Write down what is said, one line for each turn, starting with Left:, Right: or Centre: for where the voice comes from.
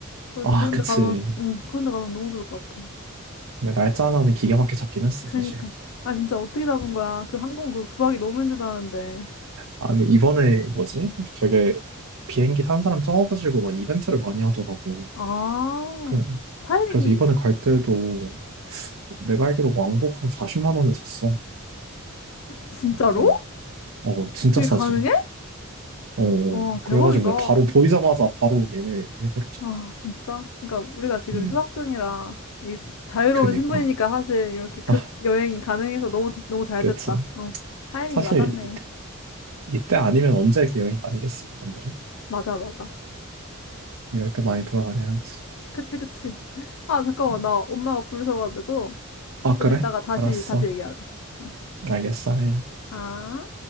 Left: 그래서
Right: 아,
Left: 그런
Right: 그치.
Left: 데 가면, 응, 그런 데 가면 너무 좋을 것 같아.
Right: 그러니까 날짜 하나는 기가 막히게 잡긴 했어,
Left: 그러니까.
Right: 사실.
Left: 아, 진짜 어떻게 잡은 거야? 그 항공 그 구하기 너무 힘들다는데.
Right: 아니, 이번에 뭐지? 되게 비행기 탄 사람 적어가지고 막 이벤트를 많이 하더라고.
Left: 아,
Right: 그-
Left: 타이밍이
Right: 그래서 이번에 갈 때도 내가 알기로 왕복 한 40만 원에 샀어.
Left: 진짜로?
Right: 어, 어, 진짜
Left: 그게
Right: 싸지.
Left: 가능해?
Right: 어, 어.
Left: 와, 대박이다.
Right: 그래가지고 내가 바로 보이자마자 바로 예매해버렸잖아.
Left: 아, 진짜. 그러니까 우리가 지금
Right: 음,
Left: 휴학 중이라 이 자유로운
Right: 그니까.
Left: 신분이니까 사실 이렇게 급
Right: 아,
Left: 여행이 가능해서 너무 너무 잘
Right: 그치.
Left: 됐다. 어, 타이밍이
Right: 사실
Left: 맞았네.
Right: 이때, 이때 아니면 언제 이렇게 여행 다니겠어. 안 그래?
Left: 맞아, 맞아.
Right: 이럴 때 많이 돌아다녀야지.
Left: 그치, 그치. 아, 잠깐만.
Right: 음.
Left: 나 엄마가 부르셔가지고
Right: 아,
Left: 좀
Right: 그래?
Left: 이따가 다시
Right: 알았어.
Left: 다시 얘기하자. 어.
Right: 알겠어.
Left: 아.